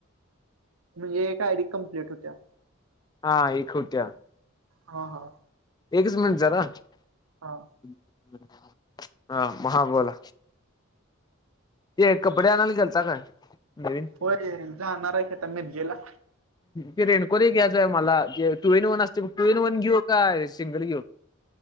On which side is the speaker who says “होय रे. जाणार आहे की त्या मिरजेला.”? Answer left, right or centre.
Right